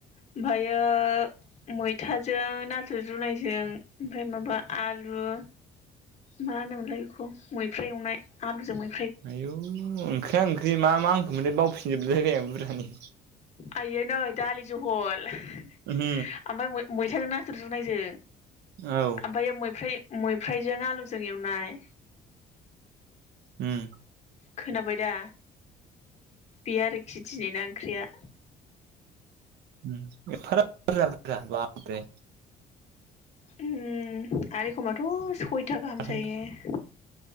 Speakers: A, on the left (about 40°); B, on the right (about 80°).
A: ओमफायो मैथाजों नाथुर जुनायजों ओमफ्राय माबा आलु ओ मा होनोमोनलाय बेखौ मैफ्राय एवनाय आलुजों मै
B: आयौ ओंख्रिया ओंख्रि मा मा ओंखोममोनलाय बावफिनजोबलायबाय आं बुरजानि
A: आइयो नै दालि जहल आमफाय
B: उम
A: मैथाजों ना- नाथुर जुनायजों
B: औ
A: ओमफायो मैफ्राय- मैफ्रायजों आलुजों एवनाय
B: उम
A: खोनाबाय दा बे आरोखि दिनै ना ओंख्रिया
B: उम एफाग्राब बुरजा बुरजा बाबरे
A: उम आरो एखमाथ' सयथा गाहाम
B: बाथोन
A: जायो